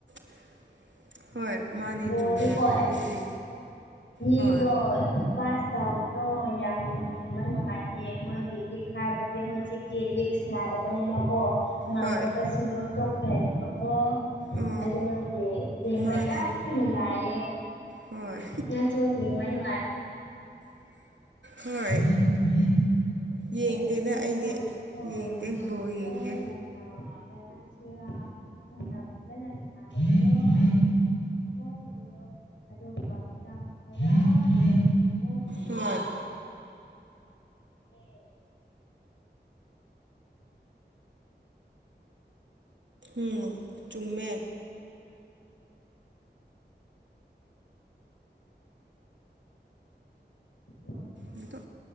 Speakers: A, on the right; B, on the left.
A: <inaudible>
B: <inaudible>
A: ꯃꯥꯅꯦ ꯆꯨꯝꯃꯦ
B: ꯀ
A: ꯑꯗꯨꯕꯨꯗꯤ
B: ꯃꯤꯗꯣ
A: ꯍꯣꯏ
B: ꯇꯧꯕꯗꯣ ꯌꯥꯝ ꯌꯦꯡꯕ ꯅꯨꯡꯉꯥꯏꯌꯦ ꯃꯣꯏꯒꯤ <unintelligible> ꯍꯥꯏꯥꯏꯕꯗꯤ ꯍꯧꯖꯤꯛꯇꯤ ꯂꯤꯛ ꯅꯥꯗꯕꯅꯤꯅꯀꯣ ꯉꯝꯗꯕ
A: ꯍꯣꯏ
B: ꯁꯤꯗꯣꯛ ꯇꯣꯛꯈꯕꯀꯣ
A: ꯑꯣ
B: ꯑꯗꯗꯤ
A: ꯃꯥꯅꯦ
B: ꯌꯥꯝ ꯃꯒꯑꯦ
A: ꯍꯣꯏ
B: ꯅꯆꯣꯡ ꯅꯨꯡꯉꯦ
A: ꯍꯣꯏ
B: ꯍꯝ ꯍꯝ
A: ꯌꯦꯡꯗꯦꯗ
B: ꯑꯗꯣ ꯑꯩ ꯀꯩꯅꯣꯉꯒꯦꯀꯣ
A: ꯑꯩꯗꯤ ꯌꯦꯡꯗꯦ
B: ꯅꯍꯍꯥꯟꯗꯀꯣ
A: ꯕꯣꯜ ꯌꯦꯡꯗꯦ
B: ꯌꯥꯝꯅ ꯀꯩ ꯍꯥꯏꯁꯤ ꯔ ꯌꯥꯝꯅ ꯐꯖꯅꯗꯕꯗꯣ ꯑꯗꯨꯃꯥꯏꯅ ꯇꯧꯔꯤꯕꯀꯣ ꯃꯣꯏꯗꯣ ꯑꯗ ꯀ ꯃ
A: ꯍ <inaudible>
B: <inaudible>
A: ꯎꯝ ꯆꯨꯝꯃꯦ
B: ꯑꯗꯨꯒꯀꯣ
A: ꯃꯗꯣ